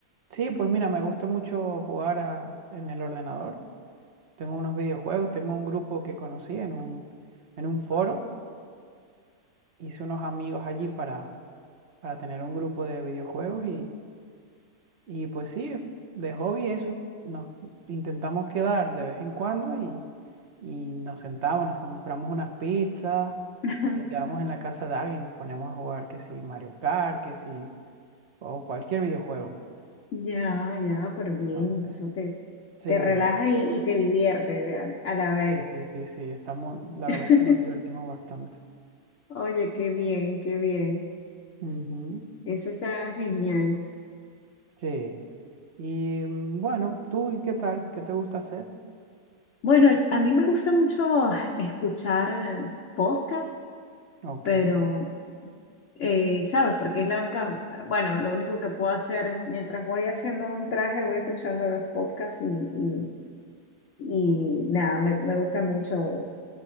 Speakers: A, on the right; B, on the left.
A: Sí, pues mira, me gusta mucho jugar a- en el ordenador. Tengo unos videojuegos, tengo un grupo que conocí en un, en un foro, hice unos amigos allí para para tener un grupo de videojuegos y, y pues sí, de hobby eso, nos intentamos quedar de vez en cuando y, y nos sentamos, nos compramos unas pizzas
B: <laughs>
A: y quedamos en la casa de alguien, nos ponemos a jugar que si Mario Kart, que si, o cualquier videojuego.
B: Ya, ya, pero bien,
A: Entonces,
B: eso te,
A: sí,
B: te relaja y, y te divierte de- a, a la vez.
A: sí, sí, sí, sí, estamos, la
B: <laughs>
A: verdad es que nos divertimos bastante.
B: Oye, qué bien, qué bien.
A: Ujú,
B: Eso está genial.
A: sí. Y mm, bueno, ¿tú qué tal? ¿Qué te gusta hacer?
B: Bueno, a mí me gusta mucho escuchar eh, podcast,
A: Ok,
B: pero... eh, ¿sabes? Porque es la única, bueno, lo único que puedo hacer mientras voy haciendo un traje, voy escuchando los podcasts y, y, y nada, me, me gusta mucho